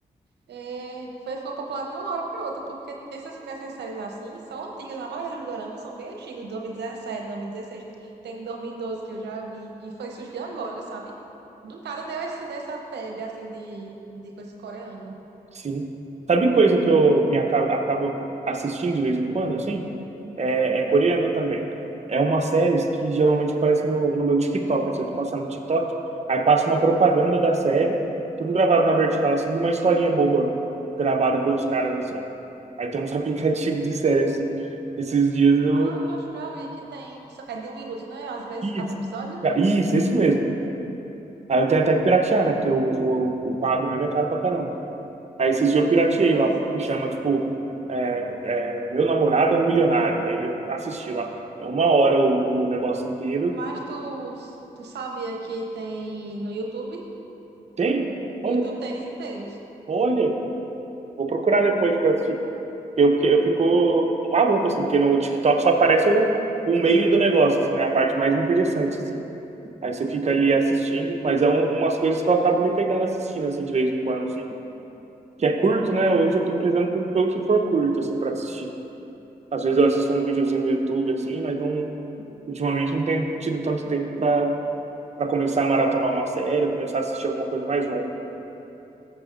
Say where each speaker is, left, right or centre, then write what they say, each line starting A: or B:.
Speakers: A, on the right (about 75°); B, on the right (about 40°).
A: é, foi, ficou popular de uma hora para outra, porque essas, essas séries assim são antigas. A maioria dos doramas são bem antigos, de 2017, 2016. Tem de 2012 que eu já vi. E foi surgir agora, sabe? Do nada deu esse, dessa febre, assim, de, de coisa coreana.
B: Sim. Sabe coisa que eu me acabo, acabo assistindo de vez em quando, assim? É, é coreano também. É uma série que geralmente aparece no, no meu TikTok. Assim, eu tô passando no TikTok, aí passa uma propaganda da série, tudo gravado na vertical, assim, de uma historinha boba gravada pelos caras, assim. Aí tem uns <laughs> aplicativos de série, assim. Esses dias eu...
A: Ah, acho que já vi que tem. É de um minuto, né? Às vezes,
B: Isso,
A: cada episódio.
B: Ah, isso, isso mesmo. Aí eu tenho até que piratear, né? Porque o, o, o pago mesmo é caro pra caramba. Aí esses dias eu pirateei
A: Mas,
B: lá, que chama, tipo, é, é, Meu Namorado é um Milionário. Aí eu assisti lá. É uma hora o, o negócio inteiro.
A: mas tu, tu sabia que tem no YouTube?
B: Tem? Olha,
A: No YouTube tem eles inteiros.
B: olha. Vou procurar depois pra assistir. Eu, fiquei- eu fico maluco, assim, porque no TikTok só aparece o, o meio do negócio, assim, né? A parte mais interessante, assim. Aí você fica ali assistindo, mas é um- umas coisas que eu acabo me pegando assistindo, assim, de vez em quando, assim. Que é curto, né? Hoje eu tô prezando pelo, pelo que for curto, assim, pra assistir. Às vezes eu assisto um videozinho no YouTube, assim, mas não. Ultimamente não tenho tido tanto tempo para para começar a maratonar uma série, ou começar a assistir alguma coisa mais longa.